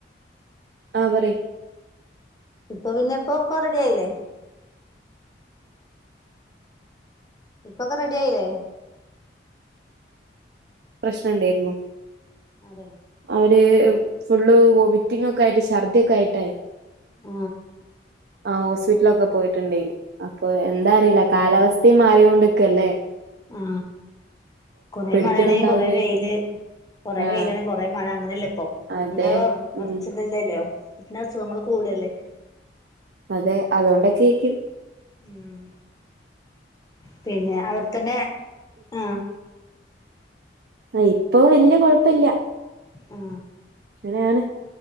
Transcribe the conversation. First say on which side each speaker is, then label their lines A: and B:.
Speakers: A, on the right; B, on the left.
A: ആ പറയ്
B: ഇപ്പൊ പിന്നെ ഇപ്പൊ ഒക്കെ റെഡിയായില്ലേ ഇപ്പൊക്കെ റെഡി ആയില്ലേ
A: പ്രശ്നം ഇണ്ടായിരുന്നു
B: അതെ
A: അവര് ഫുള്ള് വോമിറ്റിംഗൊക്കെ ആയിട്ട് ഛർദിയൊക്കെ ആയിട്ടേ
B: ആ
A: ആ ഹോസ്പിറ്റിലൊക്കെ പോയിട്ടുണ്ടേന് അപ്പൊ എന്താ അറിയില്ല കാലാവസ്ഥയും മാറിക്കൊണ്ടിക്കല്ലേ
B: ആ കൊറേ
A: പിടിക്കുന്നുണ്ടാവില്ലായിരിക്കും
B: മഴയാണെങ്കി കൊറേ വെയില് കൊറേ
A: ആഹ്
B: വെയിലാണെ കൊറേ മഴ അങ്ങനെയല്ലേ ഇപ്പൊ
A: അതെ
B: ഒന്ന് ഒറച്ചതില്ലല്ലോ
A: ഉം
B: പിന്നെ അസുഖങ്ങള് കൂടു അല്ലേ
A: അതെ അതൊണ്ടൊക്കെയായിക്കും
B: ഉം പിന്നെ അവിടത്തന്നെ ആ
A: ആ ഇപ്പൊ വല്യ കൊഴപ്പില്ല്യ
B: ആ
A: ങ്ങനെയാണ്